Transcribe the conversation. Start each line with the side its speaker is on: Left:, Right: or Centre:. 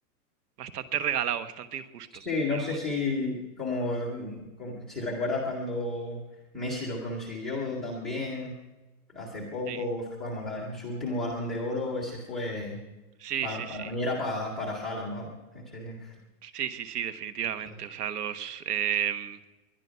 Right: Bastante regalado, bastante injusto,
Centre: Sí, no
Right: pero
Centre: sé
Right: bueno,
Centre: si como, mm, como- si recuerdas cuando Messi lo consiguió también hace poco,
Right: sí,
Centre: vamos, la- su último balón de oro, ese fue
Right: sí,
Centre: pa-
Right: sí,
Centre: para
Right: sí,
Centre: mí era pa- para Haaland, vamos. ese-
Right: sí, sí, sí, definitivamente.
Centre: esa-
Right: O sea, los, em,